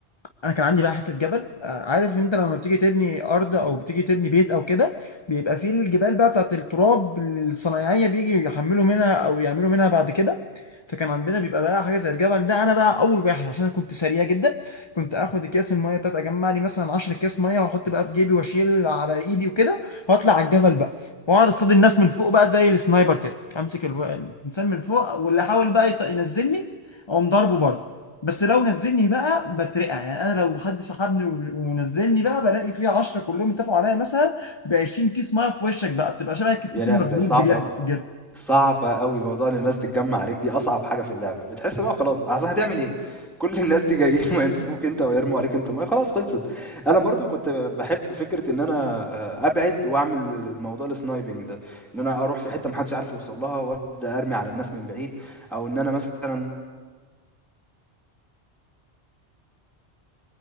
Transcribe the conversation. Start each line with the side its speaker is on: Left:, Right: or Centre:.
Left: انا كان عندي بقى حته جبل آه، عارف انت لما بتيجي تبني ارض او بتيجي تبني بيت او كده بيبقى فيه الجبال بقى بتاعت التراب الصنايعيه بيجي يحملوا منها او يعملوا منها بعد كده فكان عندنا بيبقى بقى حاجه زي الجبل ده انا بقى اول واحد عشان انا كنت سريع جدا كنت اخد اكياس الميه بتاعت اجمع لي مثلا 10 اكياس ميه واحط بقى في جيبي واشيل على ايدي وكده واطلع على الجبل بقى واقعد اصطاد الناس من فوق بقى زي السنايبر كده امسك الو- الانسان من فوق واللي يحاول بقى يط- ينزلني اقوم ضربه برضه بس لو نزلني بقى بترقع يعني انا لو حد سحبني و- ونزلني بقى بلاقي فيه 10 كلهم اتفقوا عليا مثلا ب 20 كيس ميه في وشك بقى بتبقى شبه الكتكوت
Centre: يا لهوي
Left: المبلول
Centre: ده صعب
Left: بجد
Centre: أوي
Left: بجد
Centre: صعبة أوي موضوع إن الناس تتجمّع عليك دي أصعب حاجة في اللعبة، بتحس إن هو خلاص بقى أصل هتعمل إيه؟ كل الناس دي جايين <laughs> وهيمسكوك أنت ويرموا عليك أنت مَيّة خلاص خلصت، أنا برضه كنت ب باحب فكرة إن أنا آآ أبعد وأعمل الموضوع الsniping ده، إن أنا أروح في حتة ما حدش عارف يوصل لها وأبدأ أرمي على الناس من بعيد، أو إن أنا مثلًا